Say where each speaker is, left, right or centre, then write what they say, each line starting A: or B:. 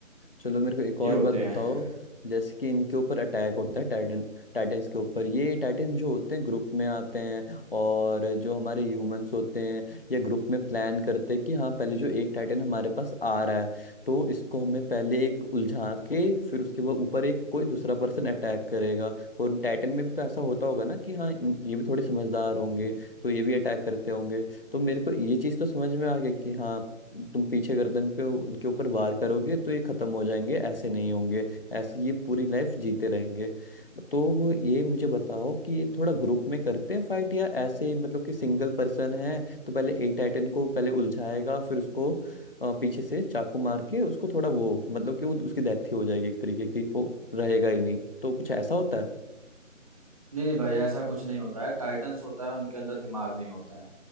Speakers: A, on the left; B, on the right.
A: चलो मेरे को एक और
B: ये होते
A: बात बताओ
B: हैं
A: जैसे कि इनके ऊपर अटैक होता है टाइटन टाइटन्स के ऊपर ये टाइटन्स जो होते हैं ग्रुप में आते हैं और जो हमारे ह्यूमंस होते हैं ये ग्रुप में प्लान करते हैं कि हाँ पहले जो एक टाइटन हमारे पास आ रहा है तो इसको हमें पहले एक उलझा के फिर उसके बाद ऊपर एक कोई दूसरा पर्सन अटैक करेगा और टाइटन में भी तो ऐसा होता होगा ना कि हाँ इन- ये भी थोड़े समझदार होंगे तो ये भी अटैक करते होंगे तो मेरे को ये चीज़ तो समझ में आ गई कि हाँ तुम पीछे गर्दन पे उनके ऊपर वार करोगे तो ये खत्म हो जाएंगे ऐसे नहीं होंगे ऐसे ये पूरी लाइफ जीते रहेंगे तो ये मुझे बताओ कि ये थोड़ा ग्रुप में करते हैं फाइट या ऐसे ही मतलब कि सिंगल पर्सन है तो पहले ए टाइटन को पहले उलझाएगा फिर उसको अ, पीछे से चाकू मार के उसको थोड़ा वो मतलब कि वो उसकी डेथ ही हो जाएगी एक तरीके की वो रहेगा ही नहीं तो कुछ ऐसा होता है
B: नहीं नहीं भाई ऐसा कुछ नहीं होता है टाइटंस होता है उनके अंदर दिमाग नहीं होता है